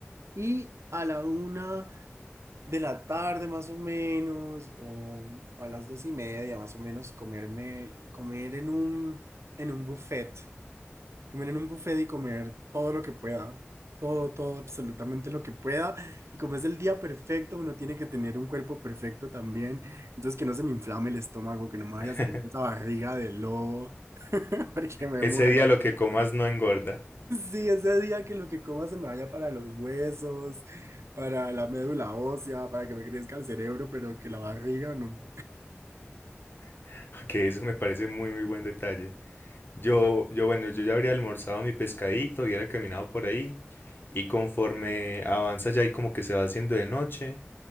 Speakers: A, on the right; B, on the left.
A: Y a la una de la tarde más o menos, o, mm, o a las dos y media más o menos, comerme, comer en un, en un buffet. Comer en un buffet y comer todo lo que pueda. Todo, todo, absolutamente lo que pueda. Y como es el día perfecto, uno tiene que tener un cuerpo perfecto también. Entonces, que no se me inflame el estómago, que no me vaya
B: <laughs>
A: a salir esa barriga de lobo, <laughs> porque me
B: Ese
A: muero.
B: día lo que comas no engorda.
A: Sí, ese día que lo que coma se me vaya para los huesos, para la médula ósea, para que me crezca el cerebro, pero que la barriga no.
B: <laughs> Que eso me parece muy, muy buen detalle. Yo, yo, bueno, yo ya habría almorzado mi pescadito, hubiera caminado por ahí. Y conforme avanza ya y como que se va haciendo de noche,